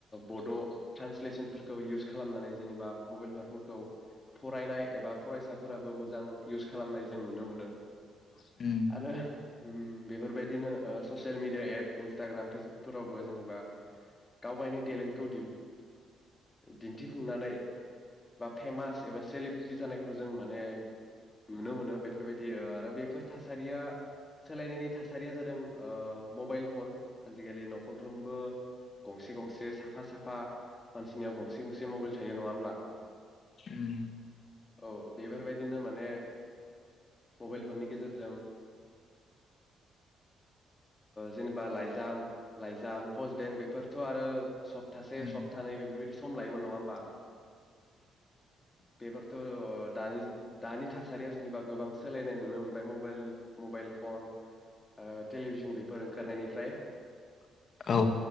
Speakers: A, on the left (about 25°); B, on the left (about 55°).
A: बड' ट्रान्सलेसनफोरखौ इउस खालामनानै जेनेबा मबाइलफोरखौ फरायनाय एबा फरायसाफोराबो मोजां इउस खालामनाय जों नुनो मोनो
B: उम
A: आरो होम बेफोरबायदिनो ओ ससियेल मिडिया एप इन्सटाग्राम फेसबुकफोरावबो जेनेबा गाव गावनि टेलेन्टखौ दिन्थिफुंनानै बा फेमास एबा सेलब्रिटि जानायखौ जों माने नुनो मोनो बेफोरबायदि आरो बेफोर थासारिया सोलायनायनि थासारिया जादों मबाइल फन आजिखालि न'खरफ्रोमबो गंसे गंसे साफा साफा मानसिनियाव गंसे गंसे मबाइल थायो नङा होमब्ला
B: उम
A: औ बेफोरबायदि नो माने मबाइल फननि गेजेरजों जेनेबा ओ ओ लाइजाम लाइजाम पस बेंक बेफोरथ' आरो सप्तासे
B: उम
A: सप्तानै बेफोरबायदि सम लायोमोन नङा होमबा बेफोरथ' दानि दानि थासारियाव जेनेबा गोबां सोलायनाय नुनो मोनबाय मबाइल मबाइल फन ओ टेलिभिसन बेफोर ओंखारनायनिफ्राय
B: औ